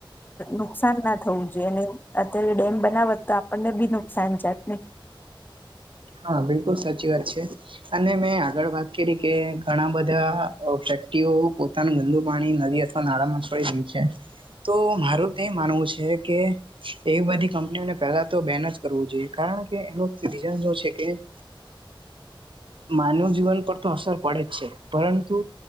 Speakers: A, on the left; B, on the right.
A: નુકસાન ના થવું જોઈએ અને અત્યારે ડેમ બનાવત તો આપણને બી નુકસાન જાત ને.
B: હા બિલકુલ સાચી વાત છે. અને મેં આગળ વાત કરી કે ઘણા વ્યક્તિઓ પોતાનું ગંદુ પાણી નદી અથવા નાળામાં છોડી દહી છે તો મારું તે માનવું છે કે એવી બધી કંપનીઓને પહેલા તો બેન જ કરવું જોઈએ કારણ કે એનું રીઝન છે. ઓ કે
A: <inaudible>
B: માનવ જીવન પર તો અસર પડે જ છે પરંતુ